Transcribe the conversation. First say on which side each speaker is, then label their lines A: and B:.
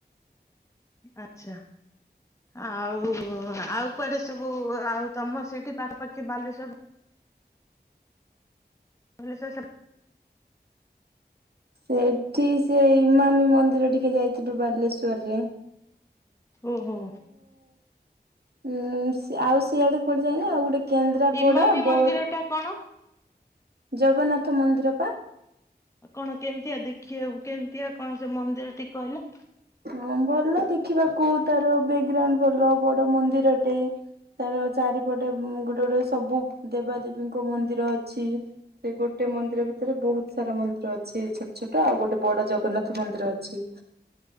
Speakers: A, on the left; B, on the right.
A: ଆଚ୍ଛା। ଆଉ ଆଉ କୁଆଡେ ସବୁ ଆଉ ତମ ସେଇଠି ପାଖାପାଖି ବାଲେଶ୍ଵ ଭଲେ <unintelligible>
B: ସେଠି ସେ ଇମାମ ମନ୍ଦିର ଟିକେ ଯାଇଥିଲୁ ବାଲେଶ୍ଵର ରେ
A: ଓହୋ।
B: ଉଁ ସେ ଉଁ ଆଉ ସିଆଡେ କୁଆଡେ ଯାଇନୁ ଆଉ ଗୋଟେ କେନ୍ଦ୍ରାପଡା
A: ଇମାମି
B: ବ
A: ମନ୍ଦିର ଟା କଣ?
B: ଜଗନ୍ନାଥ ମନ୍ଦିର ପା
A: କଣ କେମିତିଆ ଦେଖିବାକୁ କେମିତିଆ, କଣ ସେ ମନ୍ଦିର ଟିକେ କହିଲ।
B: ହଁ ଭଲ ଦେଖିବାକୁ ତାର ବ୍ୟାକଗ୍ରାଉଣ୍ଡ ଭଲ ବଡ ମନ୍ଦିର ଟେ ତାର ଚାରିପଟେ ଗୋଟେ ଗୋଟେ ସବୁ ଦେବାଦେବୀଙ୍କ ମନ୍ଦିର ଅଛି। ସେ ଗୋଟେ ମନ୍ଦିର ଭିତରେ ବହୁତ ସାରା ମନ୍ଦିର ଅଛି ଛୋଟ ଛୋଟ ଆଉ ଗୋଟେ ବଡ ଜଗନ୍ନାଥ ମନ୍ଦିର ଅଛି।